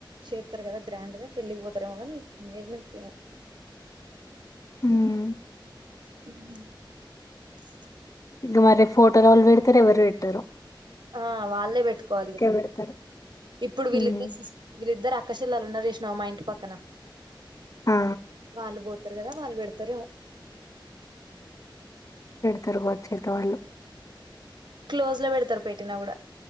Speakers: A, on the right (about 65°); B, on the left (about 40°).
A: చేతారు కదా గ్రాండ్ గా పెళ్లిి పోతారేమో కానీ ఎంగేజ్మెంట్కి ఏమ
B: ఉమ్
A: ఉహ్
B: ఇంక మరి ఫోటోలో వాళ్ళు పెడతేారు ఎవరు పెట్టారు
A: ఆ వాళ్ళే పెట్టుకోవాలి
B: పెడతారు
A: ఇప్పుడు వీళ్ళిద్దరు
B: ఉమ్
A: వీళ్ళిద్దరు అక్కసిల్లలు ఉన్నారు ఇ స్నోమాయింట్ పక్కన
B: ఆ
A: వాళ్ళ పోతు పెతారు కదా వాళ్ళు పెడతారు
B: తిరగవచ్చ చేత వాళ్ళు
A: క్లోజ్ లో పెడతారు పెట్టినా కూడా